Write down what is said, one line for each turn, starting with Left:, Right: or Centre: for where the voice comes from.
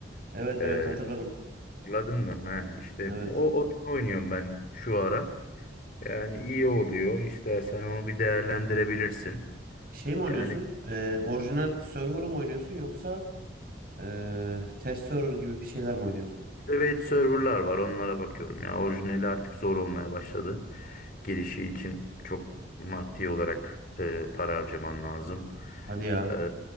Right: Evet evet
Left: Ee,
Right: hatırladım.
Left: anladın mı? Heh, işte
Right: Evet.
Left: o oyunu oynuyorum ben şu ara. Yani iyi oluyor. İstersen onu bir değerlendirebilirsin.
Right: Şey mi oynuyorsun?
Left: Yani
Right: Ee, orijinal server mı oynuyorsun yoksa Ee, test server gibi bir şeyler mi oynuyorsun?
Left: private serverlar var. Onlara bakıyorum. Ya orijinali artık zor olmaya başladı. Girişi için çok maddi olarak e, para harcaman lazım.
Right: Hadi ya.
Left: E,